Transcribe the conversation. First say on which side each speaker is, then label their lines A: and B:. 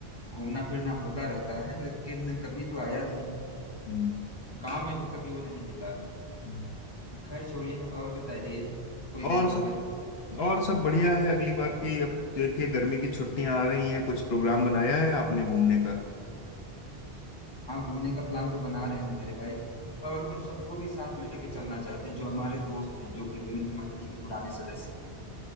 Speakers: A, on the left; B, on the left.
A: घूमना फिरना होता रहता है लेकिन कभी तो आया नहीं
B: हम्म,
A: गांव में भी कभी वो नहीं मिला
B: हम्म।
A: खैर छोड़िए और बताइए कोई नई
B: और सब
A: खबर
B: और सब बढ़िया है अगली बार की अब देखिए गर्मी की छुट्टियां आ रही हैं कुछ प्रोग्राम बनाया है आपने घूमने का
A: हाँ घूमने का प्लान तो बना रहे हैं मेरे भाई और उन सबको भी साथ लेके चलना चाहते हैं जो हमारे दोस्त हैं जो कि मित्र मंडली के पुराने सदस्य हैं